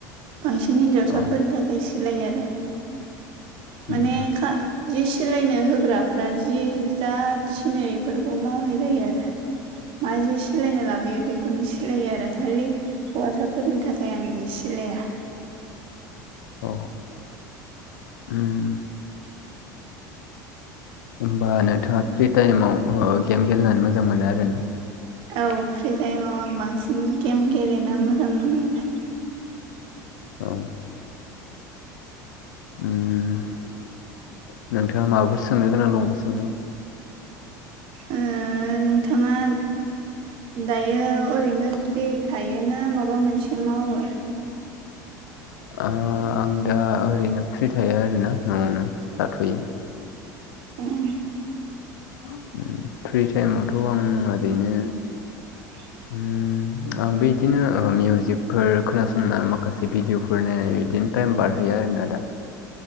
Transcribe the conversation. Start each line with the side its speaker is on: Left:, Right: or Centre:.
Right: बांसिन हिनजावसाफोरनि
Left: औ
Right: था खाय नै सिलायो आरो। माने
Left: उम
Right: खा सिलायनो होग्राफ्रा जि जा थिनो एफोरखौ मावनाय जायो आरो। मा जि सिलायनो लाबोयो बेखौनो सिलायो आरो। खालि हौवासाफोरनि थाखाय आं जि सिलाया।
Left: अ उम ओमबा नोंथाङा फ्रि टाइमाव उह गेम गेलेनानै मोजां मोनो आरो न
Right: औ फ्रि टाइमाव आं बांसिन गेम गेलेनो मोजां मोनो आरो।
Left: औ। उम नोंथाङा माबाफोर सोंनो गोनां दंबा सोंजागोन।
Right: <inaudible> ओ नोंथाङा दायो ओरैनो फ्रि थायोना माबा मोनसे मावो?
Left: ओह आं दा ओरैनो फ्रि थायो आरोना न'आवनो थाथ'यो।
Right: उम।
Left: उम फ्रि टाइमावथ' आं ओरैनो
Right: <inaudible>
Left: उम आंबो इदिनो ओ मिउजिकफोर खोनासंना माखासे भिडिअफोर नायनानै इदिनो टाइम बारहोयो आरोना दा।